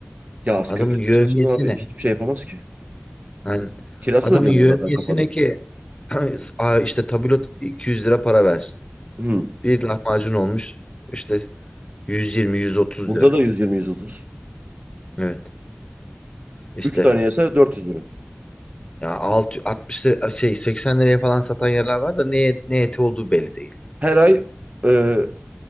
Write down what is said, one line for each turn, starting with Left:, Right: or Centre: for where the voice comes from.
Right: Ya asgari
Left: Adamın
Right: ücretle
Left: yevmiyesi
Right: çalışan abi
Left: ne?
Right: hiçbir şey yapamaz ki.
Left: Yani
Right: Kirasını
Left: adamın
Right: ödeyemiyor
Left: yevmiyesi
Right: zaten kafadan.
Left: ne ki <clears throat> Aa, işte tabulot 200 lira para versin.
Right: Hı.
Left: Bir lahmacun olmuş işte 120-130
Right: Burada
Left: lira.
Right: da 120-130.
Left: Evet. İşte
Right: 3 tane yese 400 lira.
Left: ya 6 60 lira, şey 80 liraya falan satan yerler var da ne ne eti olduğu belli değil.
Right: Her ay e,